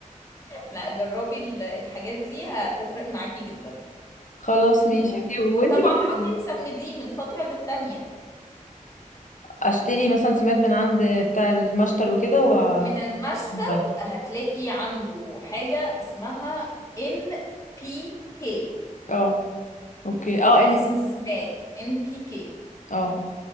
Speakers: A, on the left (about 25°); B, on the left (about 65°).
A: لا جربي ال- الحاجات دي هتفرق معاكي جدا
B: خلاص ماشي
A: و-
B: اوكي وانتي
A: وطبعا
B: برضه
A: حاولي تسمديه من فترة للتانية
B: اشتري مثلا سماد من عند بتاع المشتل وكده و
A: من المشتل
B: والمية.
A: هتلاقي عنده حاجة اسمها NPK
B: اه اوكي اه
A: ده
B: انت
A: اسم السماد NPK
B: اه